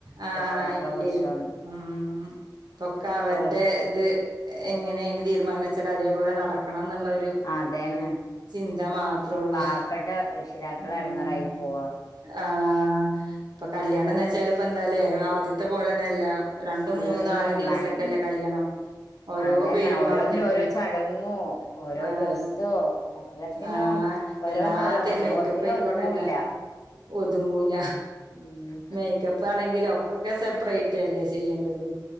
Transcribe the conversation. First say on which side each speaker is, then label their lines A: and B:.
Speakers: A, on the right; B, on the left.
A: ആഹ്
B: രക്ഷിതാക്കളെ
A: ഇല്ലേയ്
B: കുറിച്ചൊന്നും
A: ഉം ഇപ്പൊക്കെ അവരുടെ
B: ഇപ്പൊ
A: ഇത് എങ്ങനേണ് തീരുമാനച്ചാല് അതേപോലെ നടക്കണന്ന്ള്ളൊരു രു
B: അതന്നെ
A: ചിന്ത മാത്രൊള്ളൂ
B: പാവപ്പെട്ട രക്ഷിതാക്കൾ
A: ഉം
B: എടങ്ങേറായി പോവാ
A: ആഹ് ഇപ്പൊ കല്യാണംന്ന്ച്ചാല് ഇപ്പൊന്താലേ ആദ്യത്തെ പോലൊന്നല്ല. രണ്ടും
B: ഉം
A: മൂന്നും നാലും ദിവസൊക്കെല്ലേ
B: ഭയ
A: കല്യാണം ഓരോ
B: അതന്നെ
A: പേരും
B: ഓരോന്നിനും
A: പറഞ്ഞിട്ട്
B: ഓരോ ചടങ്ങോ ഓരോ
A: ആഹ്.
B: ഡ്രസ്സോ എല്ലാത്തിനും
A: ആഹ്
B: ഓരോന്ന്
A: എല്ലാത്തിം
B: ഓരോന്നല്ലേ
A: മേക്കപ്പയ്ക്കോട്ടല്ല
B: ഒന്നിലും ഒതുങ്ങൂല്ല
A: ഒതുങ്ങുല
B: ഉം
A: മേക്കപ് പ്പാണെങ്കിലൊക്കെ സെപ്രേറ്റല്ലേ ചെയ്യേണ്ടത്